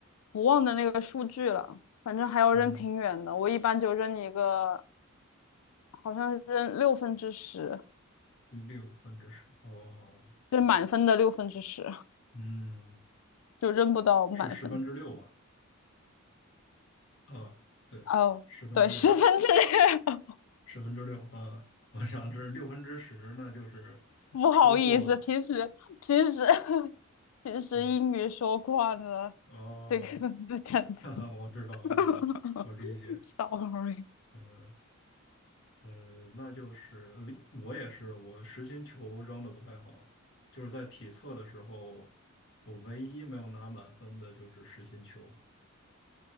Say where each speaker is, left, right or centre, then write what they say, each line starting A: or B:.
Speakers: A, on the left; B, on the left.
A: 我忘了那个数据了。反正还要扔挺远的，
B: 嗯。
A: 我一般就扔一个，好像是扔六分之十。
B: 六分之十，哦，
A: 就是满分的六分之十，
B: 嗯，
A: 就扔不到满分。
B: 是十分之六吧？啊，对，
A: 哦，
B: 十分之六，
A: 对，十分之六，
B: 十分之六，啊，<laughs> 我想的是六分之十，那就是
A: <laughs> 不好意思，
B: 超过了，
A: 平时平时平时英语说惯了，six
B: 嗯，哦，
A: tenth。
B: <laughs> 哈哈，我知道，
A: <laughs>
B: 我知道，我理解，
A: Sorry，
B: 嗯嗯，那就是呃我也是，我实心球扔的不太好，就是在体测的时候，我唯一没有拿满分的就是实心球。